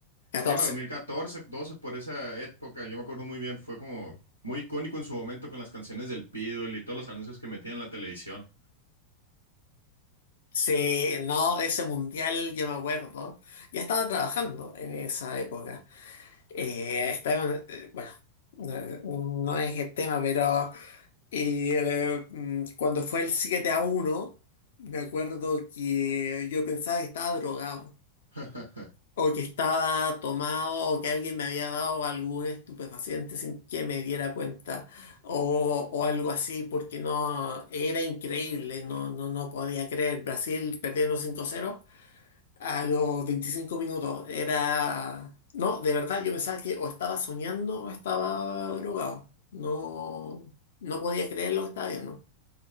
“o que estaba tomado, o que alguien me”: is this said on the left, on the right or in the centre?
Left